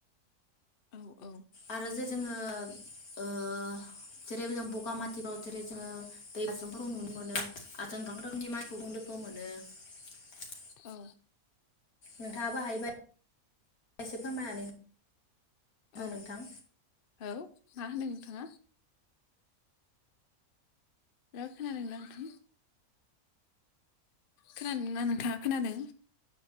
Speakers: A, on the left; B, on the left.
A: औ औ
B: आरो जे जोङो
A: <inaudible>
B: ओ <inaudible>
A: औ
B: नोंथाङाबो हायोबाय एसे फोरमायनानै हो
A: औ
B: नोंथां
A: औ मा होनदों? हो? खोनादोंना नोंथां खोनादोंना नोंथाङा खोनादों?